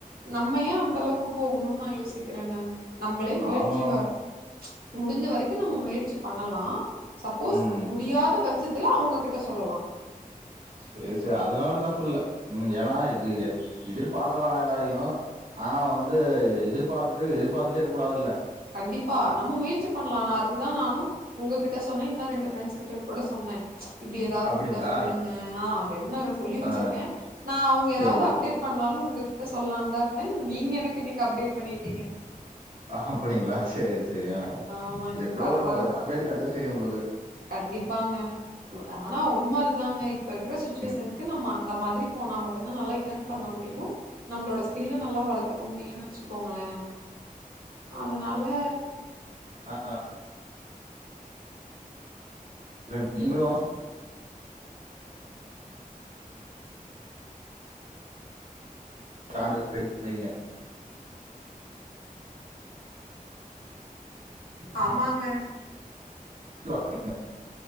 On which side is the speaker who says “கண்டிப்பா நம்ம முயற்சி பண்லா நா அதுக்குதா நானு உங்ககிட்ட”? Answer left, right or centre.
Right